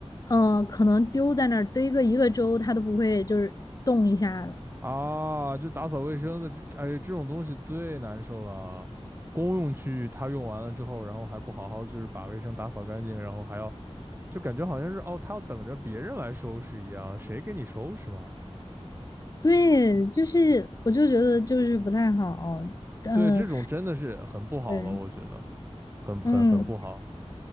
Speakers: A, on the left; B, on the right.
A: 嗯、可能丢在那儿堆个一个周，他都不会就是动一下的。
B: 啊，就打扫卫生的这，哎，这种东西最难受了啊。公用区域他用完了之后，然后还不好好就是把卫生打扫干净，然后还要就感觉好像是哦，他要等着别人来收拾一样，谁给你收拾嘛？
A: 对，就是我就觉得就是不太好，嗯、
B: 对，这种真的是很不好了，
A: 对，
B: 我觉得很很很不好。
A: 嗯。